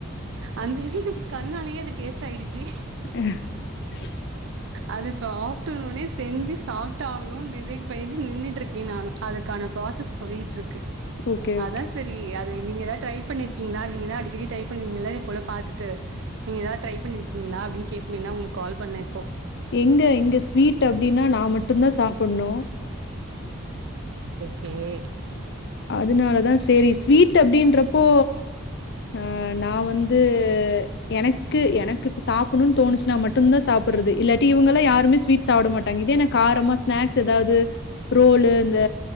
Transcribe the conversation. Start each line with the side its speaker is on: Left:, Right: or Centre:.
Right: அந்த இது எனக்கு கண்ணாலேயே அது டேஸ்ட் ஆயிடுச்சு
Left: <inaudible>
Right: அது இப்ப ஆப்டர்நூனே செஞ்சு சாப்ட் ஆகணும் டிசைட் பண்ணிவிட்டு நின்றுட்டுருக்கேன் நானு அதுக்கான ப்ராசஸ் போயிட்டுருக்கு
Left: ஓகே,
Right: அதான்
Left: ஓகே.
Right: சரி நீ ஏதாவது ட்ரை பண்ணிருக்கீளா நீங்கதான் அடிக்கடி ட்ரை பண்ணுவீங்களல்ல இது போல பாத்துட்டு நீங்க ஏதாவது ட்ரை பண்ணிருக்கீளா அப்டின்னு கேட்போம் மே தான் உங்க கால் பண்ணா இப்போ
Left: எங்க-எங்க ஸ்வீட் அப்டி ன்னா நான் மட்டும் தான் சாப்பணும்
Right: ஒ
Left: அதனாலதான் செரி ஸ்வீட் அப்டின்றப்போ ஹா நா வந்து எனக்கு-எனக்கு இப்ப சாப்பணும்னு தோணுச்சு நா மட்டும்தான் சாப்படுறது இல்லாட்டி இவுங்க எல்லாம் யாருமே ஸ்வீட் சாப்பிட மாட்டாங்க இதேன்ன காரமா ஸ்நாக்ஸ் ஏதாவது ரோல இந்த